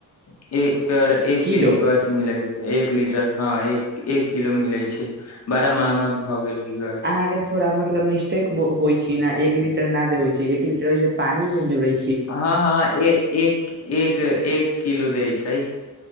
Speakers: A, on the left; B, on the right.
A: <unintelligible> प्य एक
B: किलो
A: केजी गैस मिलै एक लीटर हँ एक एक किलो मिले छै बड़ा महंगा भऽ गेल हइ गैस
B: अहाँके थोड़ा मतलब मिस्टेक होइ छै ने एक लि न देबे छै एक लीटर पानी मे जोरइ
A: हँ हँ एक एक एक एक किलो दैइ छै